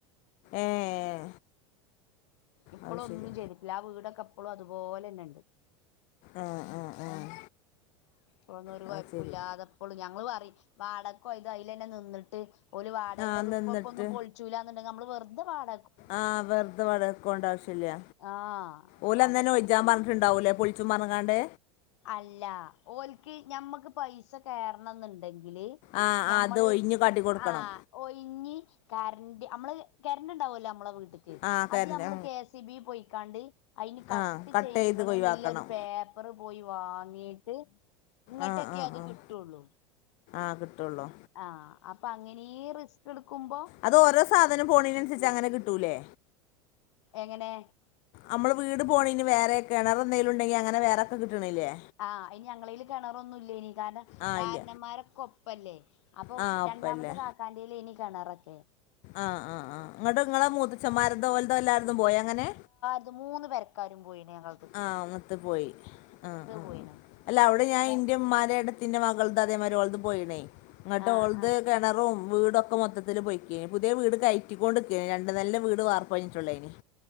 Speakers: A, on the left; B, on the left.
A: ഏഹ്
B: ഇപ്പളും
A: അത്
B: ഒന്നും
A: ശരി
B: ചെയ്തിട്ടില്ല. ആ വീടൊക്കെ ഇപ്പളും അതുപോലെ തന്നെ ഉണ്ട്
A: ആഹ് ആഹ് ആഹ്
B: പൊന്നൊഒരു
A: അത്
B: കുഴപ്പും
A: ശരി
B: ഇല്ലാതെപ്പോളും ഞങ്ങൾ പറയും വാടക്കോ ഇത് അയിലന്നെ നിന്നിട്ട് ഓൽ വാടകൾ
A: ആഹ് നിന്നിട്ട്
B: ഇപ്പപ്പോന്നും പൊളിച്ചൂല്ല എന്നുണ്ടങ്കെ നമ്മള് വെർതെ വാട
A: ആഹ് വെർത പാടക്ക് പോണ്ട ആവശ്യല്യ
B: ആഹ്
A: ഓൽ അന്നന്നെ
B: അതൊക്കെ
A: ഒഴിച്ചാൻ പറഞ്ഞിട്ടുണ്ടാവൂലേ പൊളി ച്ചുമറഞ്ഞിക്കാണ്ട്
B: അല്ല ഓൽക്ക് ഞമ്മക്ക് പൈസ കേറണം എന്നുണ്ടെങ്കില്
A: ആഹ്
B: ഞമ്മള്
A: ആഹ് അത് ഒഴിഞ്ഞ് കാട്ടി കൊടുക്കണം
B: ആഹ് ഒയിഞ്ഞി കരന്റ് അമ്മള് കെരണ്ട് ഉണ്ടാവല്ലോ അമ്മളെ വീട്ട്ല്
A: ആഹ് കരണ്ട്
B: അത് അമ്മള് കെ എസ് ഇ ബി പോയിക്കാണ്ട് അയിന് കട്ട്
A: ആഹ്
B: ചെയ്ത്ക്ക്ണ്
A: ചെയ്ത് ഒഴിവാക്കണം
B: നില്ലൊരു പേപ്പ പോയി വാങ്ങിയിട്ട് ഇങ്ങട്ടൊക്കെ
A: ആഹ് ആഹ്
B: അത്
A: ആഹ്
B: കിട്ടുള്ളൂ
A: ആഹ് കിട്ടൊള്ളൂ
B: ആഹ് അപ്പ അങ്ങനീം റിസ്ക് ഇട്ക്കുമ്പോ
A: അത് ഓരോ സാധനം പോണീനൻസര്ച്ച് അങ്ങനെ കിട്ടൂല്ലേ
B: എങ്ങനെ
A: അമ്മള് വീട് പോണെന് വേറെ കെണർ എന്തേലും ഇണ്ടെങ്കി അങ്ങനെ വേറാര്ക്കും കിട്ട്ണില്ലേ
B: ആഹ് അയ്ന് ഞങ്ങളീല് കെണറൊന്നുല്ലെനിം കാരണം
A: ആഹ്
B: കാരണന്മാരെകൊപ്പല്ലേ
A: ഇല്ല
B: അപ്പൊ
A: ആഹ് ഒപ്പല്ലേ
B: രണ്ടാമത്തെ കാക്കാന്റീലേനിം കെണറൊക്കെ
A: ആഹ് ആഹ്ആഹ് ങ്ങട്ട് ഇങ്ങളെ മൂത്തച്ചന്മാരതോ ഓൽതോ എല്ലാര്തും പോയോ അങ്ങനെ
B: ത് മൂന്ന് പെരക്കാരും പോയിന് ഞങ്ങൾത്
A: ആഹ് അങ്ങത്ത് പോയി ആഹ് ആഹ് ആഹ്
B: പോയിണ്
A: അല്ല അവ്ടെ ഞാൻ
B: മു
A: ഇന്റെമ്മാന്റെ ഏട്ടത് ത്തിന്റെ മകൾത് അതേമാരി ഓൾതും പോയിണേ ഇങ്ങട്ട്
B: ആഹ്
A: ഓൾത്
B: ആഹ്
A: കെണറും വീടൊക്കെ മൊത്തത്തില് പൊയ്ക്കേ പുത്യെ വീട് കയറ്റിക്കാേണ്ട്ക്കേനിം രണ്ട് നെലന്റെ വീട് വാർപ്പ് കഴിഞ്ഞിട്ടാെള്ളേനിം